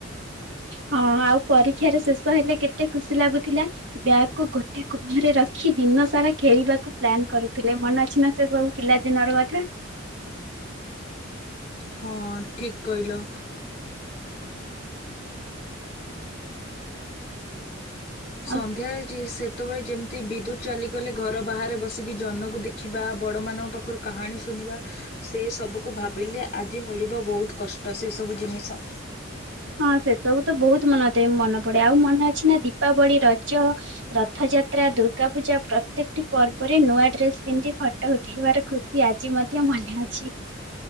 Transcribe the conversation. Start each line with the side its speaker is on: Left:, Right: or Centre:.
Right: ହଁ ଆଉ ପରୀକ୍ଷାରେ ଶେଷ ହେଲେ କେତେ ଖୁସି ଲାଗୁଥିଲା। ବ୍ୟାଗକୁୁ ଗୋଟେ କୁଣରେ ରଖି ଦିନ ସାରା ଖେଳିବାକୁ ପ୍ଲାନ୍ କରୁଥିଲେ। ମନେ ଅଛି ନା ସବୁ ପିଲା ଦିନର କଥା।
Left: ହଁ ଠିକ୍ କହିଲ। ସନ୍ଧ୍ୟାରେ
Right: ଆଉ
Left: ଯି ସେ ସେତେବେଳେ ଯେମିତି ବିଦ୍ୟୁତ୍ ଚାଲିଗଲେ ଘର ବାହାରେ ବସିକି ଜହ୍ନକୁ ଦେଖିବା ବଡମାନଙ୍କ ପାଖରୁ କାହାଣୀ ଶୁଣିବା ସେ ସବୁକୁ ଭାବିଲେ ଆଜି ମିଳିବ ବହୁତ କଷ୍ଟ ସେସବୁ ଜିନିଷ।
Right: ହଁ ସେ ସବୁ ତ ବହୁତ ମନ ଦିଏ ମନେ ପଡେ। ଆଉ ମନେ ଅଛି ନା ଦୀପାବଳି, ରଜ, ରଥଯାତ୍ରା, ଦୁର୍ଗାପୂଜା ପ୍ରତ୍ୟେକଟି ପର୍ବରେ ନୂଆ ଡ୍ରେସ ପିନ୍ଧି ଫଟୋ ଉଠେଇବାର ଖୁସି ଆଜି ମଧ୍ୟ ମନେ ଅଛି।